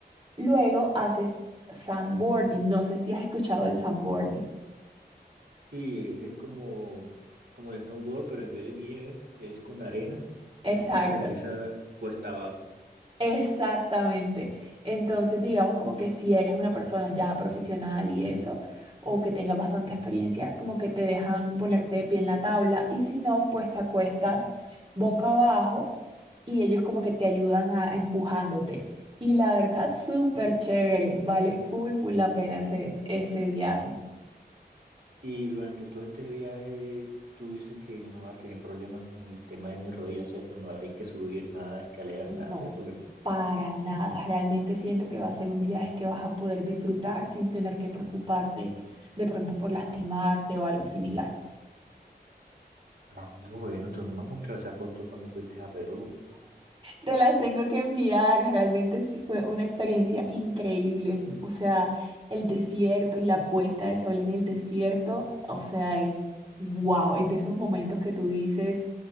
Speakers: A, on the right; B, on the right.
A: luego haces sandboarding. No sé si has escuchado el sandboarding.
B: Sí, e- es como, como el snowboard, pero en vez de nieve es con arena
A: Exacto.
B: y uno se desliza cuesta abajo.
A: Exactamente. Entonces, digamos como que si eres una persona ya profesional y eso, o que tenga bastante experiencia, como que te dejan ponerte de pie en la tabla y si no, pues te acuestas boca abajo y ellos como que te ayudan a, a empujándote. Y la verdad, súper chévere. Vale full, full la pena ese, ese viaje.
B: Y durante todo este viaje, tú dices que no vas a tener problemas con el tema de mi rodilla, ¿cierto? No hay que subir nada, escaleras, nada,
A: No,
B: ¿cierto que no?
A: para nada. Realmente siento que va a ser un viaje que vas a poder disfrutar sin tener que preocuparte de pronto por lastimarte o algo similar.
B: Ah, bueno, tú no me has mostrado esa foto cuando fuiste a Perú.
A: Te las tengo que enviar, realmente sí fue una experiencia increíble. O sea, el desierto y la puesta de sol en el desierto, o sea, es wow, es de esos momentos que tú dices,